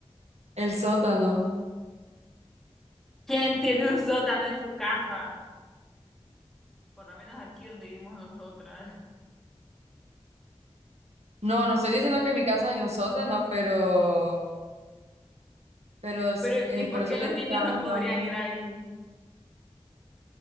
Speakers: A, on the right; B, in the centre.
A: El sótano.
B: ¿Quién tiene un sótano en su casa? Por lo menos aquí donde vivimos nosotras.
A: No, no estoy diciendo que en mi casa hay un sótano, pero, pero
B: Pero,
A: eh,
B: ¿y por
A: por eso
B: qué los
A: te dije
B: niños
A: que era
B: no
A: un
B: podrían
A: lugar.
B: ir ahí?